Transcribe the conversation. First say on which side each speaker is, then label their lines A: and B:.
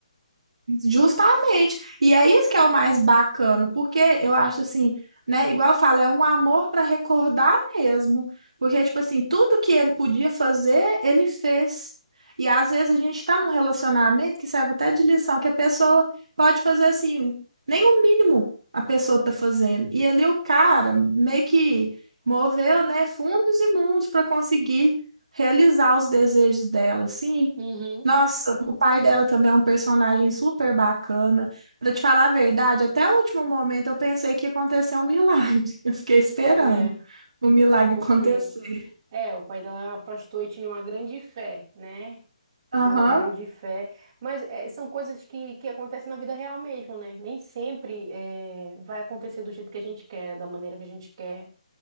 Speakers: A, on the right; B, on the right.
A: Justamente. E é isso que é o mais bacana, porque eu acho assim, né? Igual eu falo, é um amor para recordar mesmo. Porque, tipo assim, tudo que ele podia fazer, ele fez. E às vezes a gente está num relacionamento que serve até de lição, que a pessoa pode fazer assim, nem o mínimo a pessoa tá fazendo. E ali o cara meio que moveu, né, fundos e mundos para conseguir realizar os desejos dela, assim.
B: Uhum.
A: Nossa, o pai dela também é um personagem super bacana. Pra te falar a verdade, até o último momento eu pensei que ia acontecer um milagre. <laughs> Eu fiquei esperando
B: É,
A: o milagre
B: né? Porque
A: acontecer.
B: é, o pai dela era pastor e tinha uma grande fé, né?
A: Aham,
B: Tinha uma grande fé, mas eh, são coisas que, que acontecem na vida real mesmo, né? Nem sempre eh, vai acontecer do jeito que a gente quer, da maneira que a gente quer.